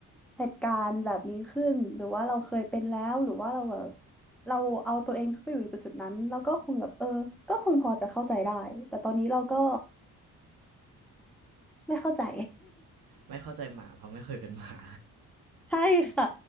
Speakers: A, in the centre; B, on the right.
A: เหตุการณ์แบบนี้ขึ้นหรือว่าเราเคยเป็นแล้วหรือว่าเราแบบเราเอาตัวเองเข้าไปอยู่ในจุดจุดนั้นเราก็คงแบบเออก็คงพอจะเข้าใจได้แต่ตอนนี้เราก็ไม่เข้าใจ
B: ไม่เข้าใจหมาเพราะไม่เคยเป็นหมา
A: <laughs> ใช่ค่ะ